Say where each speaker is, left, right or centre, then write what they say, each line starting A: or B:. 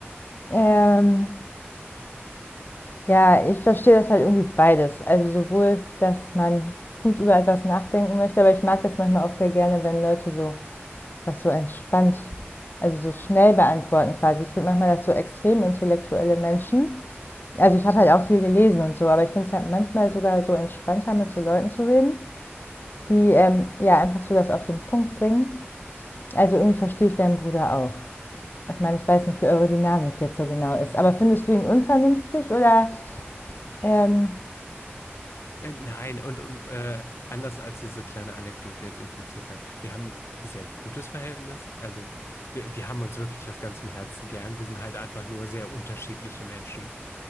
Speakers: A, on the left; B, on the left.
A: Ähm, ja, ich verstehe das halt irgendwie beides. Also sowohl, dass man gut über etwas nachdenken möchte, aber ich mag das manchmal auch sehr gerne, wenn Leute so was so entspannt Also so schnell beantworten quasi. Ich finde manchmal, dass so extrem intellektuelle Menschen, also ich habe halt auch viel gelesen und so, aber ich finde es halt manchmal sogar so entspannter, mit so Leuten zu reden, die ähm, ja einfach so das auf den Punkt bringen. Also irgendwie verstehe ich deinen Bruder auch. Ich meine, ich weiß nicht, wie eure Dynamik jetzt so genau ist, aber findest du ihn unvernünftig oder ähm,
B: Äh, Nein, und, und äh, anders als diese kleine Anekdote jetzt impliziert hat, wir haben ein sehr gutes Verhältnis. Also wir, wir haben uns wirklich aus ganzem Herzen gern. Wir sind halt einfach nur sehr unterschiedliche Menschen.